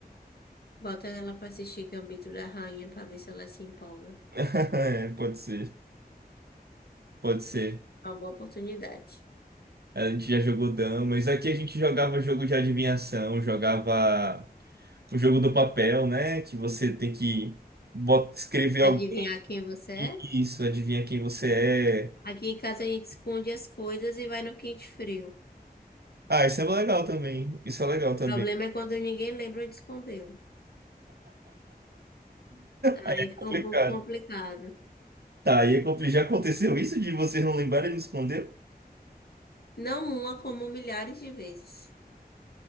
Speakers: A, on the left; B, on the right.
A: Bota ela pra assistir Gambito da Rainha pra ver se ela se empolga.
B: <laughs> É, pode ser, pode ser.
A: É uma boa oportunidade.
B: A gente já jogou damas. Aqui a gente jogava jogo de adivinhação, jogava. o jogo do papel, né? Que você tem que bota- escrever
A: Adivinhar
B: alguém,
A: quem você é?
B: isso, adivinha quem você é.
A: Aqui em casa a gente esconde as coisas e vai no quente frio.
B: Ah, isso é legal também. Isso é legal também.
A: O problema é quando ninguém lembra onde escondeu.
B: Aí
A: Aí
B: é
A: fica
B: complicado.
A: um pouco complicado.
B: Tá, aí é compli- já aconteceu isso de vocês não lembrarem e me esconder?
A: Não uma, como milhares de vezes.